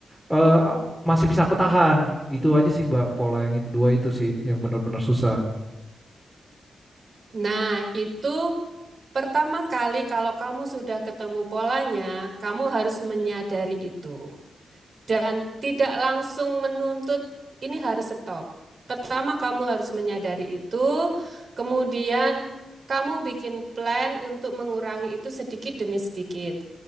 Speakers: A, in the centre; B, on the right (about 40°).
A: eh, masih bisa aku tahan. Itu aja sih Mbak, pola yang itu dua itu sih yang benar-benar susah.
B: Nah, itu pertama kali kalau kamu sudah ketemu polanya, kamu harus menyadari itu. dan tidak langsung menuntut ini harus stop. Pertama, kamu harus menyadari itu, kemudian kamu bikin plan untuk mengurangi itu sedikit demi sedikit.